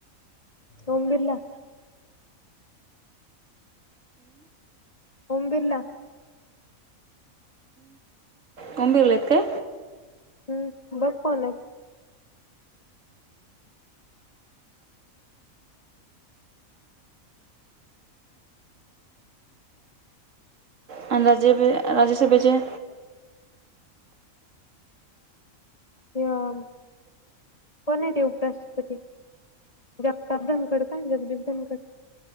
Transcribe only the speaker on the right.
कबीलाते
आणि राज्यभ राज्यसभाचे